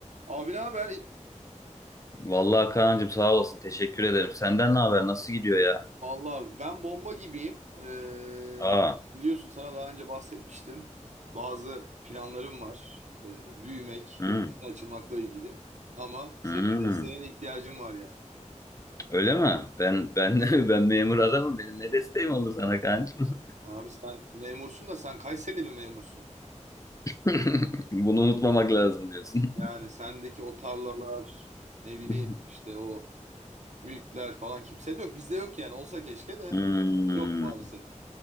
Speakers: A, on the right; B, on the left.
A: Abi ne haber?
B: Vallahi Kaan'cığım sağ olasın. Teşekkür ederim. Senden ne haber? Nasıl gidiyor ya?
A: Vallahi ben bomba gibiyim. Ee,
B: Aa.
A: biliyorsun sana daha önce bahsetmiştim. Bazı planlarım var. Ee, büyümek,
B: hmm,
A: yurt dışına açılmakla ilgili. Ama senin
B: hmm.
A: de senin de ihtiyacın var yani.
B: Öyle mi? Ben ben <laughs> ben memur adamım. Benim ne desteğim oldu sana Kaan'cığım?
A: Abi sen memursun da sen Kayseri'li bir memursun.
B: <laughs> Bunu unutmamak lazım diyorsun.
A: Yani sendeki o tarlalar, ne bileyim
B: <laughs>
A: işte o mülkler falan kimsede yok. Bizde yok yani. Olsa keşke de
B: Hmm,
A: yok maalesef.